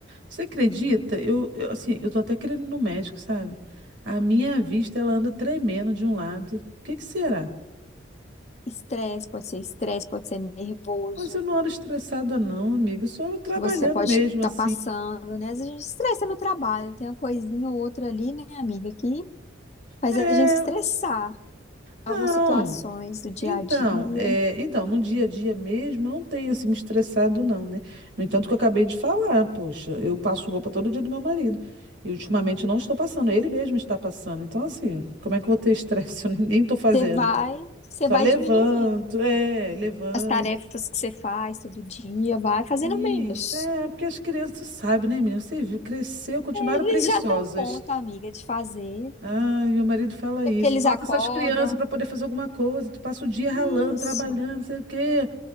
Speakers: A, on the right; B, on the left.
A: você acredita? Eu, eu, assim, eu tô até querendo ir no médico, sabe? A minha vista, ela anda tremendo de um lado. O que que será?
B: Estresse, pode ser estresse, pode ser nervoso,
A: Mas eu não ando estressada, não, amiga. Eu só ando trabalhando
B: que você pode
A: mesmo,
B: estar
A: assim.
B: passando, né? Às vezes a gente estressa no trabalho, tem uma coisinha ou outra ali, né, amiga, que faz
A: É,
B: a gente estressar algumas
A: não.
B: situações do dia
A: Então,
B: a dia.
A: é, então, no dia a dia mesmo, eu não tenho assim me estressado, não, né? No entanto, que eu acabei de falar, poxa, eu passo roupa todo dia do meu marido. E ultimamente eu não estou passando, ele mesmo está passando. Então, assim, como é que eu vou ter estresse? <laughs> Eu nem estou fazendo.
B: Você vai, você
A: Só
B: vai
A: levanto,
B: diminuindo, assim,
A: é, levanto.
B: as tarefas que você faz todo dia, vai fazendo
A: Isso,
B: menos.
A: é, porque as crianças sabem, né, menina? Você viu, cresceu, continuaram
B: Eles
A: preguiçosas.
B: já dão conta, amiga, de fazer,
A: Ai, meu marido fala isso.
B: é que eles
A: Bota
B: acordam.
A: essas crianças para poder fazer alguma coisa. Tu passa o dia
B: Isso,
A: ralando, trabalhando, não sei o quê.